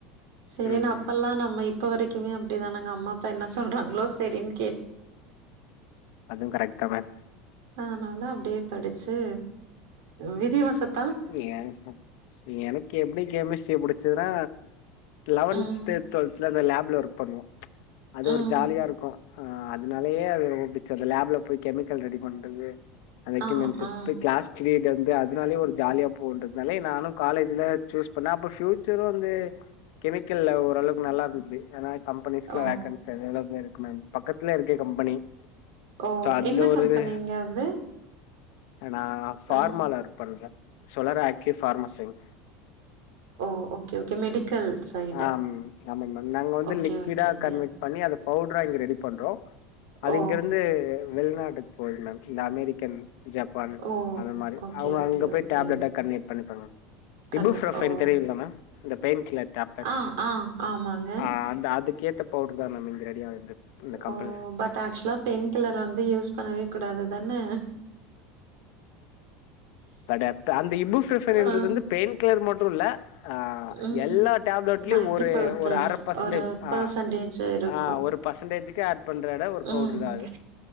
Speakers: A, on the right; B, on the left.
A: சரின்னு
B: ம்
A: அப்பல்லா நம்ம இப்ப வரைக்குமே அப்டிதானுங்க அம்மா அப்பா என்ன சொல்றாங்களோ செரின்னு
B: அதுவு கரெக்ட் தா மேம்
A: அதனால அப்டியே படிச்சு விதி வசத்
B: ஏ சா எனக்கு எப்டி கெமிஸ்ட்ரி புடிச்சதுன்னா லெவன்து
A: ம்,
B: டுவெல்த்துலா அந்த லேப்ல ஒர்க் பண்ணுவோ அது
A: ம்.
B: ஒரு ஜாலியாருக்கோ ஆ அதனாலயே அது ரொம்போ புடிச்சது அந்த லேப்ல போய் கெமிக்கல் ரெடி பண்றது அந்த எக்யூப்மென்ட்ஸு
A: ஆ,
B: எடுத்து
A: ஆ.
B: க்ளாஸ் லீடர்ந்து அதனாலே ஒரு ஜாலியா போவுன்றதுனாலே நானோ காலேஜ்ல சூஸ் பண்ணே அப்றோ ஃபியூச்சரு வந்து கெமிக்கல்ல ஓரளவுக்கு நல்லா இருந்துச்சு ஏன்னா கம்பெனிஸ்ல
A: ஓ,
B: வேக்கன்சி அவைலபில்லா இருக்கு மேம் பக்கத்துல இருக்கே கம்பெனி
A: ஓ.
B: சோ அந்த
A: என்ன
B: ஒரு
A: கம்பெனிங்க
B: இது
A: அது?
B: நா ஃபார்மால
A: ஆ.
B: ஒர்க் பண்றே சோலார் ஆக்கீவ் ஃபார்மா சைன்ஸ்
A: ஓ ஓகே ஓகே மெடிக்கல் சைடு.
B: ஆம் ஆமாங்க மேம் நாங்க வந்து
A: ஓகே,
B: லிக்விடா
A: ஓகேங்க.
B: கன்வெர்ட் பண்ணி அத பவுடரா இங்க ரெடி பண்றோ அது
A: ஓ!
B: இங்கிருந்து வெளிநாட்டுக்கு போகுது மேம் இந்த அமெரிக்கன் ஜப்பான்
A: ஓ!
B: அந்த மாரி
A: ஓகே,
B: அவுங்க
A: ஓகே,
B: அங்க போய்
A: ஓகேங்க.
B: டேப்லெட்டா கன்வெர்ட் பண்ணிப்பாங்க
A: கன்வெர்ட்
B: இபு ப்ரோஃபைல்
A: ஓ!
B: தெரியுல மேம் அந்த பெயின் கில்லர் டாப்டக்
A: ஆ, ஆ, ஆமாங்க.
B: அ அந்த அதுக்கேத்த பவுடுருதா மேம் இங்க ரெடியா ஆகுது இந்த கம்பெனில
A: ஓ பட் ஆச்சுவலா பெயின் கில்லர் வந்து யூஸ் பண்ணவே கூடாதுதானே
B: பட் அந்த இபு ப்ரோஃபைல் இன்றது
A: ஆம்,
B: வந்து பெயின் கில்லர் மட்டு இல்ல ஆ
A: ம்.
B: எல்லா டாப்லட்லயு
A: மல்டி
B: ஒரு
A: பர்ப்பஸ்
B: ஒரு அர பசன்டேஜ்
A: ஒரு
B: ஆ
A: பெர்சன்டேஜ் இருக்கும்.
B: ஆ ஒரு பசன்டேஜ்க்கு ஆட் பண்ற எட ஒரு
A: ம்,
B: பவுடுரு தா
A: ம்.
B: அது